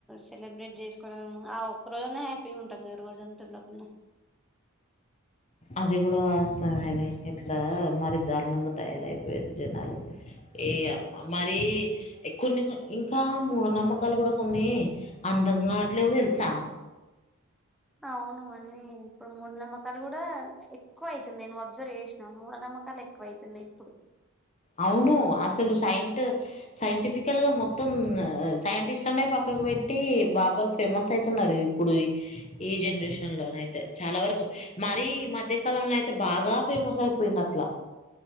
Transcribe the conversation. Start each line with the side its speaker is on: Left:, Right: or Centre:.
Centre: సెలబ్రేట్ చేసుకోవ ఆ ఒక్క రోజునా హ్యాపీగా ఉంటాది కదా రోజంతా లోపలనా
Left: అది గూడా వస సమయాల ఇట్లా మరి దారుణంగా తయారైపోయారు జనాలు ఏ అమ్మ మరి కొన్ని ఇంకా మూఢ నమ్మకాలు కూడా కొన్ని అందంగ అట్లేవొ తెలుసా
Centre: అవున అన్నీ ఇప్పుడు మూడు నమ్మకాలు కూడా ఎక్కువ అయితుంది నేను అబ్జర్వ్ చేసినాను మూఢ నమ్మ మ్మకాలు ఎక్కువ అయితున్నాయి ఇప్పుడు
Left: అవును అసలు సైంటు సైంటిఫికల్ గా మొత్తం సైంటిస్ట్ అనే పక్కకు పెట్టి బాబల్ ఫ ఫేమస్ అయితున్నారు ఇప్పుడు ఈ జనరేషన్ లో అయితే చాల వరకు మరీ ఈ మధ్య కాలం లో అయితే బాగా ఫేమస్ అయిపోయింది అట్లా